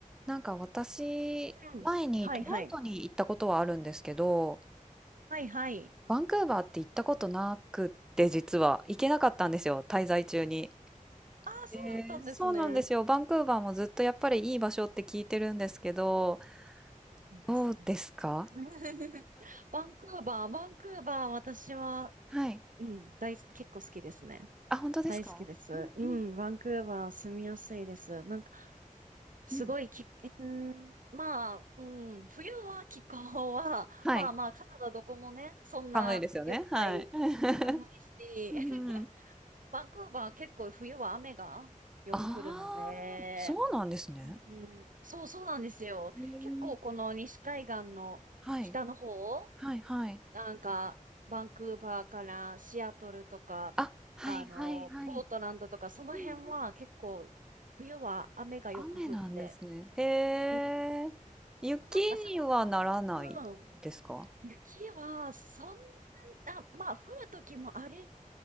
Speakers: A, in the centre; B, on the right (about 70°).
A: なんか私、
B: うん。
A: 前にトロントに行ったことはあるんですけど、
B: はいはい。はいはい。
A: バンクーバーって行ったことなくって実は行けなかったんですよ、滞在中に。
B: ああ、そうだったんですね。
A: えー、そうなんですよ。バンクーバーもずっとやっぱりいい場所って聞いてるんですけど、
B: そうですね。
A: どうですか
B: <laughs> バンクーバー、バンクーバー、私は、
A: はい。
B: うん、大好、結構好きですね。
A: あ、本当ですかうん
B: 大好きです。うん、バンクーバー住みやすいです。なんか、すごいき、
A: うんうん。
B: うん、まあ、うん、冬は気候は、
A: はい。
B: まあまあ、カナダどこもね、そんな良くない、
A: 寒いですよね。はい。<laughs>
B: 寒いし、
A: うんうん。
B: <laughs>
A: <laughs>
B: バンクーバー結構冬は雨がよく降るので、
A: ああ、そうなんですね。
B: うん、そうそうなんですよ。
A: へえ。
B: 結構この西海岸の北の方、
A: はい。はいはい。
B: なんかバンクーバーからシアトルとか、
A: あ、はいはいはい。
B: あの、ポートランドとか、その辺は結構冬は雨がよく降って、
A: うんうん雨なんですね。へえ。
B: うん
A: 雪にはならないですか？
B: なんか寒く、うん雪はそんな、まあ降る時もあり、